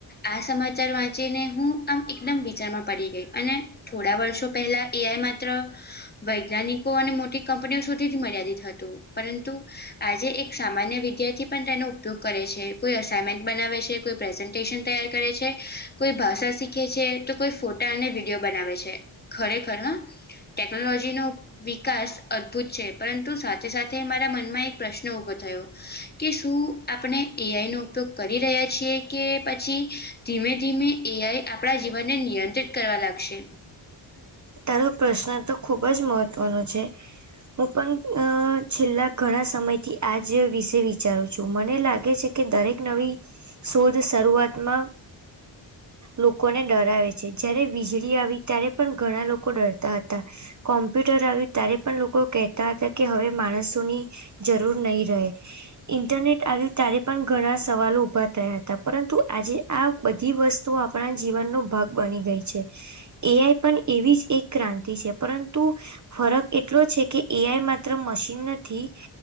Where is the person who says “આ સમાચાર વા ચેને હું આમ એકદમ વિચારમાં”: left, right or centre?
Left